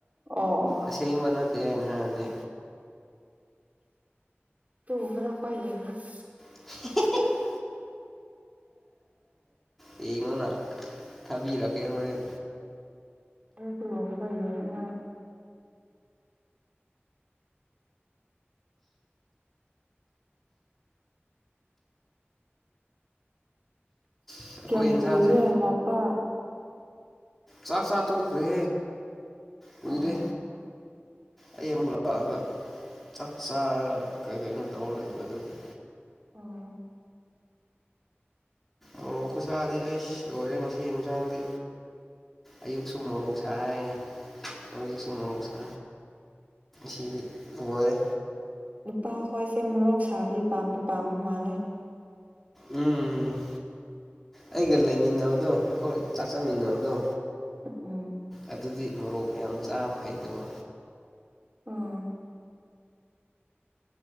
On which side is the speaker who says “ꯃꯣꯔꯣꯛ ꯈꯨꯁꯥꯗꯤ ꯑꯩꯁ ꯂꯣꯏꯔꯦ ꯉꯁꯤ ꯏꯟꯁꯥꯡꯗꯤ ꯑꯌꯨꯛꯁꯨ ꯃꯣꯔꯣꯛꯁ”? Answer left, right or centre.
Centre